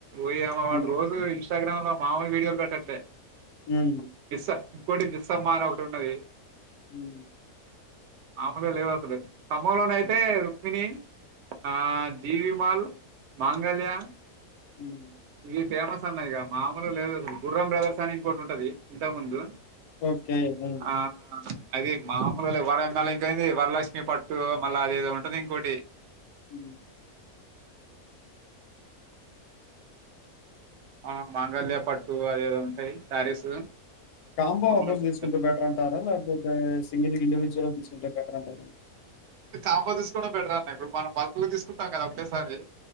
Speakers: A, on the right; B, on the left.
A: ఓయమ వాడు
B: మ్మ్,
A: రోజు ఇ ఇంస్టాగ్రామ్ లో మామూ వీడియోలు పెట్టట్లే
B: ఉమ్
A: మిస్ ఇంకోటి దిస్సమ్మా అని ఒకటి ఉన్నది
B: ఉమ్
A: ఆమెదే లేదు అసలు ఖమ్మంలోనే అయితే రక్మణి ఆ జీవి మాల్ మాంగళ్యా
B: ఉమ్
A: ఇవి ఫేమస్ అన్నాయిక మామూలు లేదు గుర్రం బ్రదర్స్ అని ఇంకోటి ఉంటది ఇంతకు ముందు
B: ఓకే ఉమ్
A: ఆ అది మామూలు వరందళ ఇంకైంది వరలక్ష్మి పట్టు మళ్ళా అది ఏదో ఉంటంది ఇంకోటి
B: హ
A: ఆ మాంగళ్యా పట్టు అద ఏదో ఉంటాయి శారీస్
B: కాంబో
A: మామూలుగా
B: ఆఫర్స్ తీసుకుంటే బెటర్ అంటారా లేకపోతే సింగిల్ ఇండివిజువల్ తీస్ కుంటే బెటర్ అంటారా
A: కాంబో తీసుకోడం బెటర్ అన్నా ఇప్పుడు మనం బల్క్ లో తీసుకుంటాం కదా ఒకేసారి